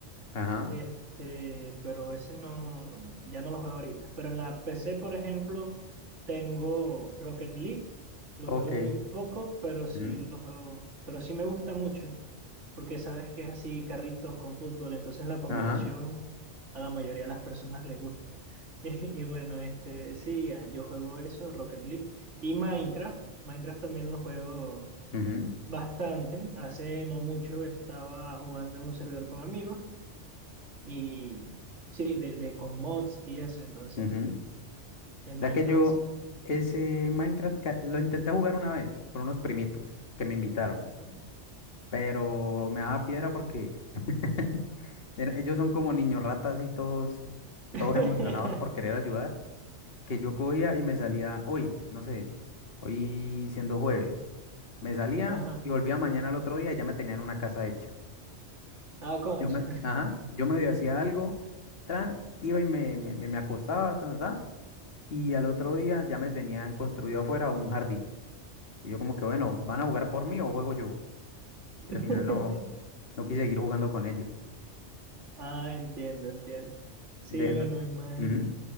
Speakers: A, on the left (about 55°); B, on the right (about 80°).
A: Ajá,
B: Este, pero ese no, no, ya no lo juego ahorita. Pero en la PC, por ejemplo, tengo Rocket League. Lo
A: ok.
B: juego muy poco, pero sí
A: ujú,
B: lo juego, pero sí me gusta mucho, porque sabes que es así carritos con fútbol, entonces la combinación
A: Ajá,
B: a la mayoría de las personas le gusta. <laughs> Y, bueno, este, sí, yo juego eso, Rocket League y Minecraft. Minecraft también lo juego
A: ujú,
B: bastante. Hace no mucho estaba jugando en un servidor con amigos y sí, de, de con mods y eso, entonces
A: ujú.
B: el
A: Ya
B: Minecraft
A: que yo
B: así.
A: ese Minecraft ca- lo intenté jugar una vez con unos primitos que me invitaron,
B: Ajá.
A: pero me daba piedra porque <laughs> era- ellos son como niños ratas y todos,
B: <laughs>
A: todos emocionados por querer ayudar, que yo cogía y me salía hoy, no sé, hoy siendo jueves, me salía
B: Ajá.
A: y volvía mañana al otro día y ya me tenían una casa hecha.
B: Ah, concha.
A: Yo me, ajá, yo medio hacía algo, tran, iba y me, me, me, me acostaba, ta, ta, ta, y al otro día ya me tenían construido afuera un jardín. Y yo como que, bueno, ¿van a jugar por mí o juego yo?
B: <laughs>
A: Y al final no, no quise seguir jugando con ellos.
B: Ah, entiendo, entiendo. Sí,
A: De,
B: bueno,
A: re-
B: me imagino.
A: ujú.